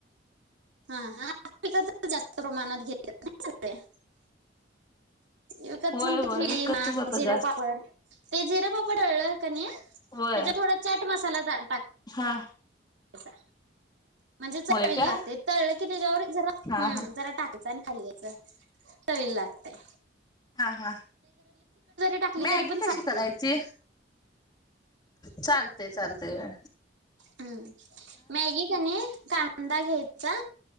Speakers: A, on the right (about 80°); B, on the left (about 20°).
A: हा हा तर जास्त प्रमाणात घेत सगळे <unintelligible> विकतच
B: होय
A: म्हणत
B: होय
A: थ्री
B: विकतच
A: मास,
B: आता
A: झिरो
B: जास्त
A: पापड. ते जिरा पापड वाळला कनीया.
B: होय
A: त्याच्या थोडं चाट मसाला घाल.
B: हा!
A: कसा. म्हणजे चवी
B: होय का
A: ल लागतय तळलं. किती जाऊरे! जरा
B: हा
A: हूं
B: हा
A: जरा टाकायच आणि खाली यायच. चवीला लागतेय.
B: हा हा
A: टाकली
B: मॅगी
A: तरी पण चालत्या.
B: कशी करायची, चालतय चालतय.
A: हूं मॅगी कणी कां दा घ्यायचा